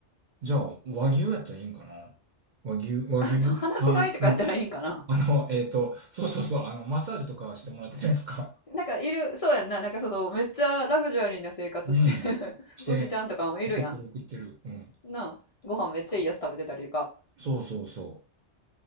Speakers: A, on the right; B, on the left.
A: じゃあ、和牛やったらいいんかな和牛、和牛、
B: あ、そう、話がいいとかやったらいいんかな。
A: まあ、ああの、えっと、そうそうそう、あの、マッサージとかしてもらってるやんか。
B: <laughs> なんかいる、そうやんな。なんかそのめっちゃラグジュアリーな生活してる
A: うん。
B: <laughs>
A: して、
B: 牛ちゃんとかもいるやん。
A: 送ってる送ってる。うん。
B: なあ、ご飯めっちゃいいやつ食べてたりとか。
A: そうそうそ